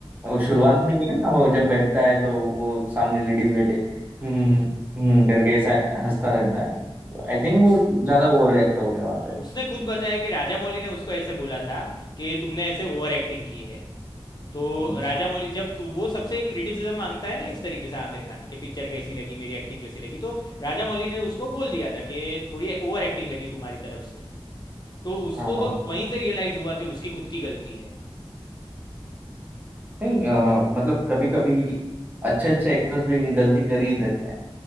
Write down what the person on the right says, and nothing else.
वो शुरुआत
में ही है ना वो जब बैठता है तो वो सामने लेडीज बैठे हम्म
हम्म करके ऐसा हंसता रहता है
आई थिंक वो
ज्यादा ओवर रिएक्ट हो गया वहां
पे
अच्छा
हाँ हाँ
नहीं अ, मतलब कभी कभी अच्छे अच्छे एक्टर्स भी गलती कर ही देते हैं